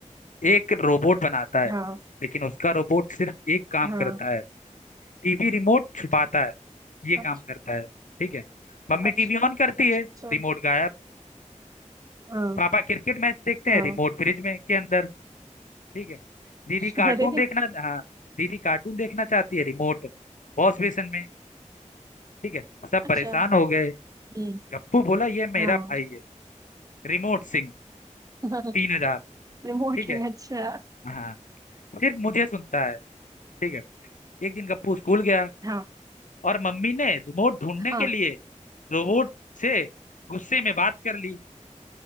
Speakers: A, on the left; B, on the right.
A: एक रोबोट बनाता है
B: हाँ
A: लेकिन उसका रोबोट सिर्फ एक काम
B: हाँ
A: करता है टीवी रिमोट छिपाता है ये
B: अच्छा
A: काम करता है ठीक है मम्मी
B: अच्छा
A: टीवी ऑन करती
B: अच्छा
A: है
B: अच्छा
A: रिमोट गायब
B: हाँ
A: पापा क्रिकेट मैच देखते
B: हाँ
A: हैं रिमोट फ्रिज में के अंदर ठीक है दीदी
B: <laughs>
A: कार्टून
B: अरे
A: देखना हाँ दीदी कार्टून देखना चाहती है रिमोट वॉश बेसिन में ठीक है सब
B: अच्छा
A: परेशान हो गए
B: हम्म,
A: गप्पू बोला ये मेरा
B: हाँ
A: भाई है रिमोट सिंह
B: <laughs>
A: तीन हजार
B: रिमोटली
A: ठीक है
B: अच्छा
A: हाँ फिर मुझे सुनता है ठीक है एक दिन गप्पू स्कूल गया
B: हाँ
A: और मम्मी ने रिमोट ढूंढने
B: हाँ
A: के लिए रोबोट से गुस्से में बात कर ली